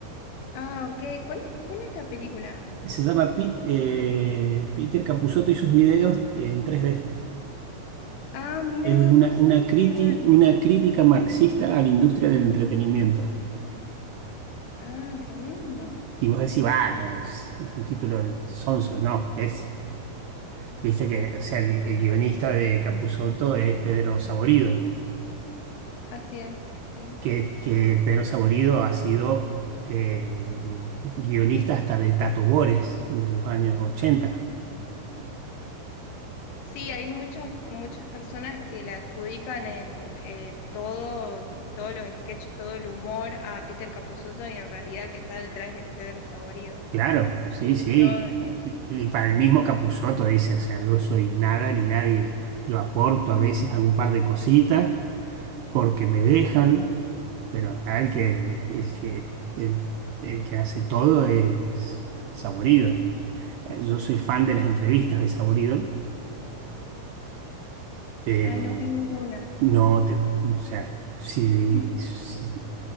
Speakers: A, on the left (about 70°); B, on the right (about 80°).
A: Ah, ok, ¿cuál es, cuál es la película?
B: Se llama Pit- eh, Peter Capusotto y sus videos en 3D.
A: Ah, mira,
B: es una,
A: no sabía
B: una, criti-
A: que tenía una película.
B: una crítica marxista a la industria del entretenimiento.
A: Ah, tremendo.
B: Y vos decís, va, es un título de sonso. No, es, viste que, o sea, el, el guionista de Capusotto es Pedro Saborido,
A: Así es, sí.
B: que, que Pedro Saborido ha sido eh, guionista hasta de Tato Bores de los años ochenta
A: Sí, hay muchas, muchas personas que le adjudican en eh, todo, todos los sketches, todo el humor a Peter Capusotto y en realidad el que está detrás es Pedro Saborido.
B: Claro,
A: Sí,
B: sí, sí.
A: yo... eh,
B: Y, y para el mismo Capusotto dice, o sea, yo soy nada ni nadie. Yo aporto a
A: <laughs>
B: veces algún par de cositas porque me dejan, pero acá el que, el que, el, el que hace todo es Saborido. Eh, Yo soy fan de las entrevistas de Saborido. Eh,
A: Ay, no vi ninguna.
B: no te, o sea, si,
A: <laughs>
B: si-